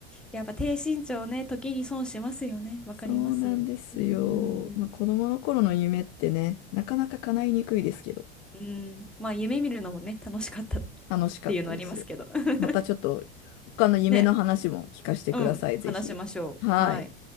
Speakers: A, in the centre; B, on the left.
A: やっぱ低身長ね、時に損しますよね。わかります。
B: そうなんですよ。
A: うん。
B: まあ、子供の頃の夢ってね、なかなか叶いにくいですけど、
A: うん。まあ、夢見るのもね、楽しかったっ
B: 楽しかったです。
A: ていうのありますけど。<laughs>
B: またちょっと他の夢の話も聞かせてください、
A: ね、うん、
B: ぜひ。
A: 話しましょう。
B: はい。
A: はい。